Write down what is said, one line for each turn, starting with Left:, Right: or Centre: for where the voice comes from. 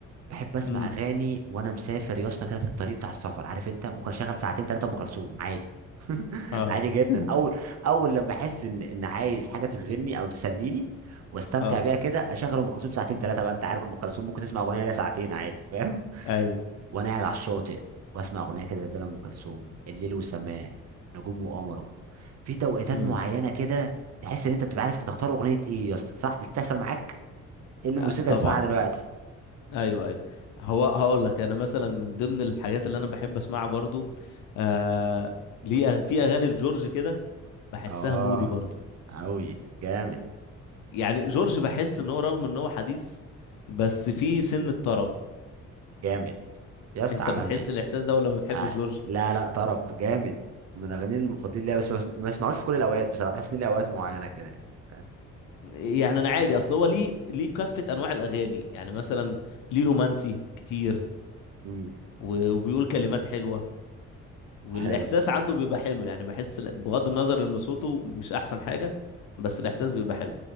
Right: بحب اسمع
Left: امم
Right: اغاني وانا مسافر يا اسطى كده في الطريق بتاع السفر عارف انت ممكن اشغل ساعتين ثلاثه ام كلثوم عادي <laughs>
Left: اه
Right: عادي جدا
Left: <laughs>
Right: اول اول لما احس ان ان عايز حاجه تشغلني او تسليني واستمتع
Left: اه
Right: بيها كده اشغل ام كلثوم ساعتين ثلاثه بقى انت عارف ام كلثوم ممكن تسمع اغنيه ليها ساعتين عادي فاهم
Left: ايوه
Right: <laughs> وانا قاعد على الشاطئ واسمع اغنيه كده زي ام كلثوم الليل وسماه نجوم وقمره في توقيتات
Left: امم
Right: معينه كده تحس ان انت بتبقى عارف أنت تختار اغنيه ايه يا اسطى صح مش بتحصل معاك ايه الموسيقى
Left: آه، طبعا
Right: اللي اسمعها دلوقتي
Left: ايوه ايوه هو هقول لك انا مثلا من ضمن الحاجات اللي انا بحب اسمعها برضو آه ليه أغ- في اغاني لجورج كده بحسها
Right: اه
Left: مودي برضو
Right: اوي جامد
Left: يعني جورج بحس ان هو رغم ان هو حديث بس في سن الطرب
Right: جامد يا اسطى
Left: انت
Right: عالمي
Left: بتحس الاحساس ده ولا ما بتحبش
Right: آه.
Left: جورج
Right: لا لا طرب جامد من اغاني المفضلين ليا بس بس- ما اسمعوش في كل الاوقات بصراحه بحس ان ليه اوقات معينه كده يعني، فاهم
Left: يعني انا عادي اصل هو ليه ليه كافة انواع الاغاني يعني مثلا ليه رومانسي كتير
Right: امم
Left: و- وبيقول كلمات حلوة والاحساس
Right: حلو
Left: عنده بيبقى حلو يعني بحس ال- بغض النظر ان صوته مش احسن حاجة بس الاحساس
Right: مم.
Left: بيبقى حلو